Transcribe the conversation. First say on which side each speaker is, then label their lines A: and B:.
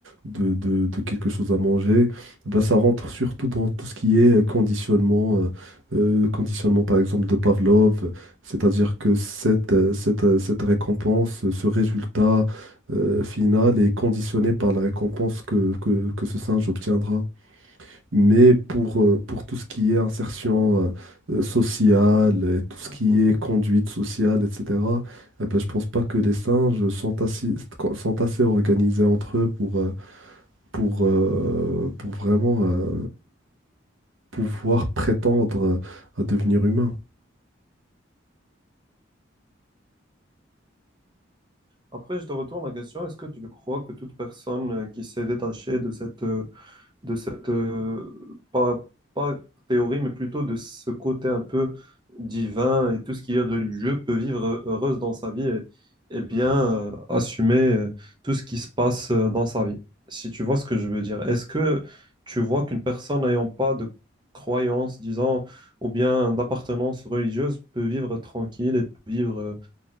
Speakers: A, on the right; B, on the right.
A: de, de- de quelque chose à manger. Eh ben, ça rentre surtout dans tout ce qui est conditionnement, euh, euh, conditionnement par exemple de Pavlov c'est-à-dire que cette, euh, cette, euh, cette récompense, ce résultat euh, final est conditionné par la récompense que, que, que ce singe obtiendra. Mais pour, euh, pour tout ce qui est insertion euh, euh, sociale, et tout ce
B: mhm,
A: qui
B: mhm.
A: est conduite sociale, etc., eh ben, je pense pas que les singes sont assez, sont assez organisés entre eux pour, euh, pour, euh, pour vraiment euh, pouvoir prétendre à devenir humain.
B: Après, je te retourne la question, est-ce que tu crois que toute personne euh, qui s'est détachée de cette euh, de cette, euh, pas, pas théorie, mais plutôt de ce côté un peu divin et tout ce qui est religieux peut vivre heureuse dans sa vie et, et bien euh, assumer euh, tout ce qui se passe euh, dans sa vie. Si tu vois ce que je veux dire, est-ce que tu vois qu'une personne n'ayant pas de croyance, disons, ou bien d'appartenance religieuse peut vivre tranquille et peut vivre euh,